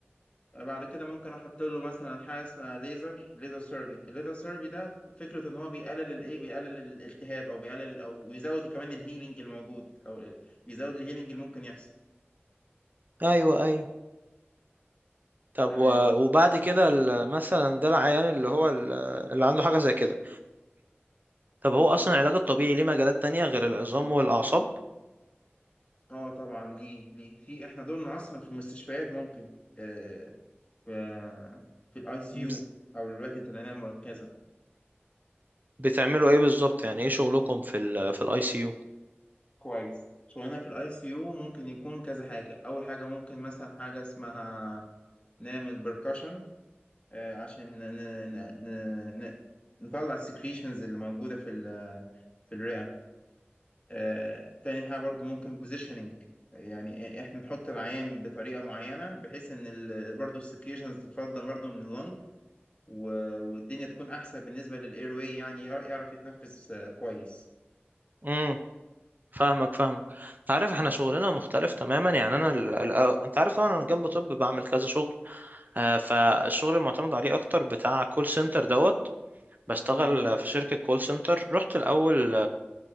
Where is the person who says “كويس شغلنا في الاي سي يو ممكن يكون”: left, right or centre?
Left